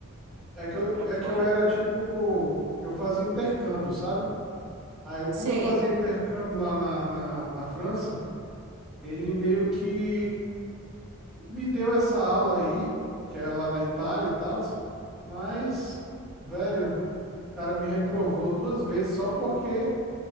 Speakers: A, in the centre; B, on the right.
A: É que eu,
B: pra fora.
A: é que eu era tipo. Eu fazia intercâmbio, sabe? Aí quando
B: Sei.
A: eu fazia intercâmbio lá na, na, na França, ele meio que me deu essa aula aí, que é lá na Itália e tal, mas, velho, o cara me reprovou duas vezes só porque